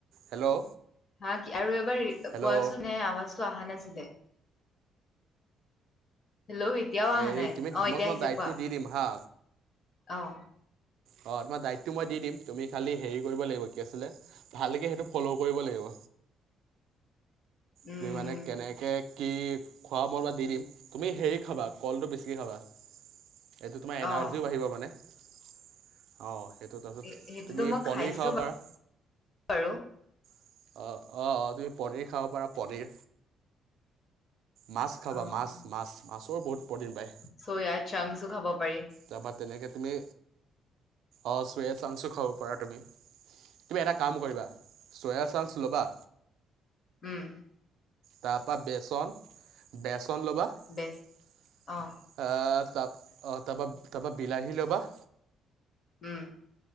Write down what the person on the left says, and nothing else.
হা কি আৰু এবাৰ
কোৱাচোন এ আৱাজটো আহা নাছিলে। হেল্ল' এতিয়াও আহা
নাই,
অ
এতিয়া
আহিছে
কোৱা?
অহ।
<unintelligible> উম,
অ',
এ- সেইটোতো
মই
খাইছো
বাৰু
অ'।
চয়া চাংচো খাব পাৰি
উম।
বেছ অ',
উম।